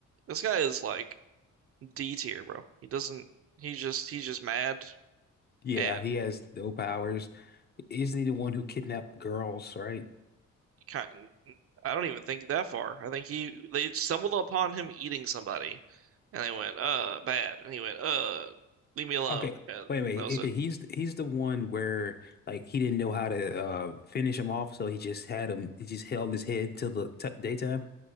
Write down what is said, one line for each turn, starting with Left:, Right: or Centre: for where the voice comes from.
Right: this guy is like D tier, bro. He doesn't. He just he's just mad
Left: Yeah,
Right: and
Left: he has no powers. Isn't he the one who kidnapped girls, right?
Right: kind I don't even think that far. I think he they stumbled upon him eating somebody, and they went, "Uh, bad." And he went, "Uh, leave me alone."
Left: Okay,
Right: And
Left: wait a minute.
Right: that was
Left: Okay,
Right: it.
Left: he's he's the one where like he didn't know how to uh finish him off, so he just had him. He just held his head till the t daytime.